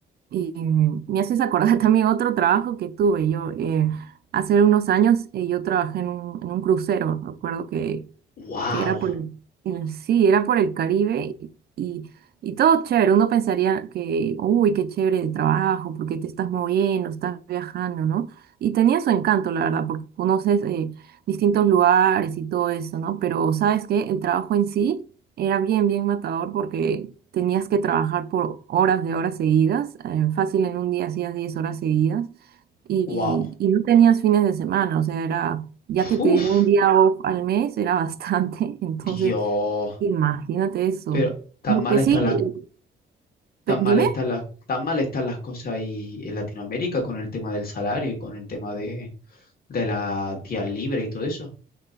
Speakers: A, on the right; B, on the left.
A: Y mm, me haces acordar <laughs> también otro trabajo que tuve. Yo eh, hace unos años eh, yo trabajé en un, en un crucero. Recuerdo que
B: ¡Wow!
A: que era por el, eh, sí, era por el Caribe y, y todo chévere. Uno pensaría que, uy, qué chévere el trabajo, porque te estás moviendo, estás viajando, ¿no? Y tenía su encanto, la verdad, porque conoces eh, distintos lugares y todo eso, ¿no? Pero sabes que el trabajo en sí era bien, bien matador porque tenías que trabajar por horas de horas seguidas. eh, fácil en un día hacías 10 horas seguidas y,
B: ¡Wow!
A: y no tenías fines de semana, o sea, era, ya que
B: ¡Uf!
A: te dieron un día off al mes, era bastante, <laughs> entonces
B: Dios.
A: imagínate eso.
B: Pero tan
A: Porque
B: mal están
A: sí,
B: las,
A: eh,
B: tan
A: pe-
B: mal
A: dime.
B: están las, tan mal están las cosas ahí en Latinoamérica con el tema del salario y con el tema de, de la días libres y todo eso.